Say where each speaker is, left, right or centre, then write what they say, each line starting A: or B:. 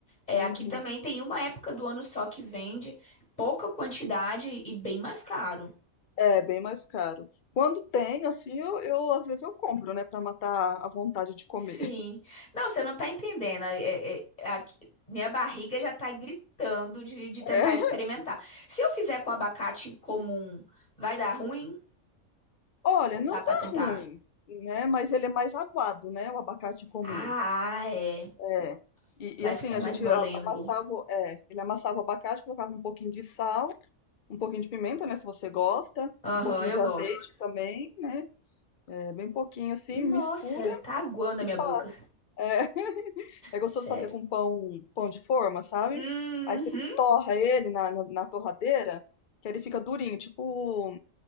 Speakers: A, on the left (about 30°); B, on the left (about 65°).
A: é,
B: Uhum.
A: aqui também tem uma época do ano só que vende pouca quantidade e bem mais caro.
B: É bem mais caro. Quando tem, assim, eu, eu às vezes eu compro, né? Pra matar a vontade de comer.
A: Sim. Não, você não tá entendendo. É, é, é- aqui- minha barriga já tá gritando de,
B: <laughs>
A: de tentar
B: É.
A: experimentar. Se eu fizer com abacate comum, vai dar ruim
B: Olha,
A: ou
B: não
A: dá pra
B: dá
A: tentar?
B: ruim, né? Mas ele é mais aguado, né? O abacate comum.
A: Ah, é.
B: É. E,
A: Vai
B: e assim,
A: ficar
B: a
A: mais
B: gente
A: molengo.
B: a- amassava, é, ele amassava o abacate, colocava um pouquinho de sal um pouquinho de pimenta, né, se você gosta,
A: Aham,
B: um pouquinho
A: eu
B: de
A: gosto.
B: azeite também, né, é, bem pouquinho assim,
A: Nossa,
B: mistura
A: tá aguando a
B: e
A: minha
B: passa.
A: boca.
B: É, <laughs> é gostoso
A: Sério.
B: fazer com pão, pão de forma, sabe?
A: Uhum.
B: Aí você torra ele na, na, na torradeira, que ele fica durinho, tipo,